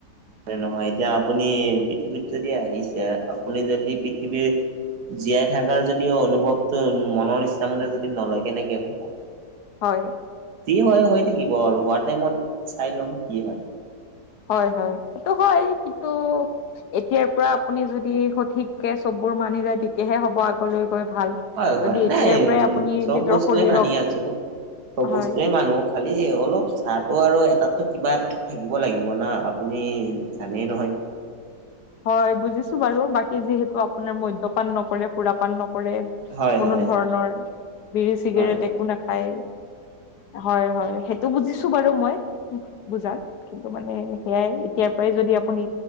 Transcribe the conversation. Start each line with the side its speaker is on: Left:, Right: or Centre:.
Right: নহয় এতিয়া আপুনি পৃথিৱীত যদি আহিছে আপুনি যদি পৃথিৱীৰ জীয়াই থকাৰ যদি অনুভৱটো মনৰ ইচ্ছামতে যদি নলয় কেনেকে হ'ব
Left: হয়
Right: কি হয় হৈ থাকিব আৰু হোৱাৰ টাইমত চাই ল'ম কি হয়
Left: হয় হয় সেইটো হয় কিন্তু এতিয়াৰ পৰা আপুনি যদি সঠিককে চববোৰ মানি যায় তেতিয়াহে হ'ব আগলৈ গৈ ভাল
Right: হয়
Left: যদি
Right: হয়
Left: এতিয়াৰ
Right: নাই
Left: পৰাই
Right: উম
Left: আপুনি
Right: চব
Left: নিজৰ
Right: বস্তুৱে
Left: শৰীৰক
Right: মানি আছো চব
Left: হয়
Right: বস্তুয়ে মানু খালি অলপ চাহটো আৰু এটাতো কিবা এটা থাকিব লাগিব না আপুনি জানেই নহয়
Left: হয় বুজিছো বাৰু বাকী যিহেতু আপোনাৰ মদ্যপান নকৰে সুৰা পান নকৰে
Right: হয়
Left: কোনো
Right: হয়।
Left: ধৰণৰ বিৰি চিগাৰেট
Right: হয়,
Left: একো নাখায় হয় হয় সেইটো বুজিছো বাৰু মই বুজাত কিন্তু মানে সেয়াই এতিয়াৰ পৰাই যদি আপুনি